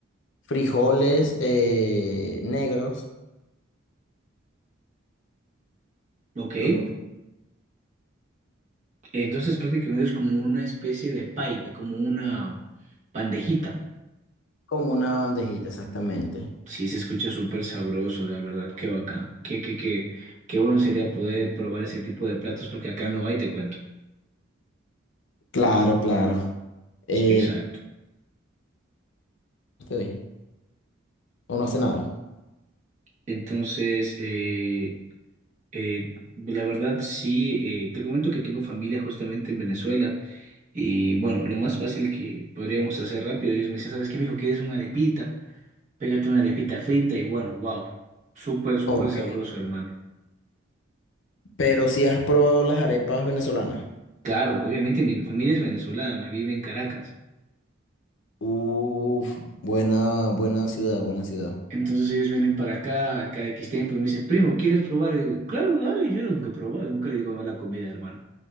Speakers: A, on the left (about 60°); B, on the right (about 35°).
A: frijoles eh, negros.
B: ¿ok?
A: Lo que
B: Entonces prácticamente es como una especie de pie, como una bandejita.
A: como una bandejita, exactamente.
B: Sí, se escucha súper sabroso, la verdad, qué bacán. Qué, qué, qué, qué bueno sería poder probar ese tipo de platos porque acá no hay, te cuento.
A: Claro, claro. Eh,
B: Exacto.
A: estoy. ¿O no hace nada?
B: Entonces, eh, eh, la verdad, sí, eh, te comento que tengo familia justamente en Venezuela y bueno, lo más fácil que podríamos hacer rápido, ellos me decían, ¿sabes qué, mijo? ¿Quieres una arepita? Pégate una arepita frita y bueno, wow, súper, súper
A: Ok.
B: sabroso, hermano.
A: Pero si has probado las arepas venezolanas.
B: Claro, obviamente mi familia es venezolana, vive en Caracas.
A: Uf, buena, buena ciudad, buena ciudad.
B: Entonces ellos vienen para acá, cada X tiempo, y me dicen, primo, ¿quieres probar? Y digo, claro, dale, yo nunca he probado, nunca le digo no a la comida, hermano.